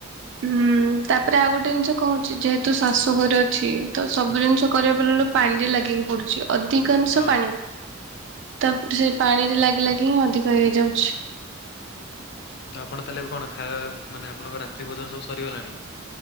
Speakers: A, on the right; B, on the left.
A: ହୁଁ ତାପରେ ଆଉ ଗୋଟେ ଜିନିଷ କହୁଛି ଯେହେ ତୁ ଶାଶୁ ଘରେ ଅଛି ତ ସବୁ ଜିନିଷ କରିବା ବେଳୁ ପାଣିରେ ଲାଗିବାକୁ ପଡୁଛି। ଅଧିକାଂଶ
B: ହଁ।
A: ପାଣି ତା ସେ ପାଣିରେ ଲାଗି ଲାଗି ହିଁ ଅଧିକ ହେଇଯାଉଛି।
B: ତ ଆପଣ ତାହେଲେ ଏବେ କଣ ଖା ମାନେ ଆପଣଙ୍କ ରାତ୍ରି ଭୋଜନ ସବୁ ସରିଗଲାଣି?